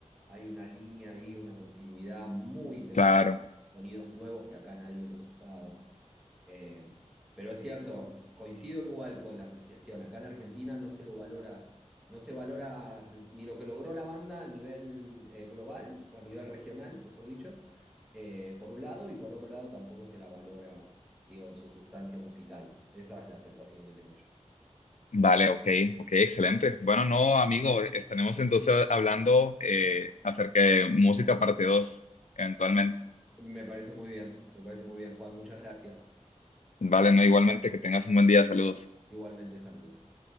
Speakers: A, in the centre; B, on the left.
A: Hay una línea ahí, una continuidad muy interesante,
B: claro
A: sonidos nuevos que acá nadie los usaba. Eh, pero es cierto, coincido igual con la apreciación. Acá en Argentina no se lo valora, no se valora ni lo que logró la banda a nivel eh, global o a nivel regional, mejor dicho, eh, por un lado, y por otro lado tampoco se la valora, digo, en su sustancia musical. Esa es la sensación que tengo yo.
B: Vale, ok, ok, excelente. Bueno, no, amigo, estaremos entonces hablando eh, acerca de música parte 2, eventualmente.
A: Me parece muy bien, me parece muy bien, Juan, muchas gracias.
B: Vale, no, igualmente, que tengas un buen día, saludos.
A: Igualmente, saludos.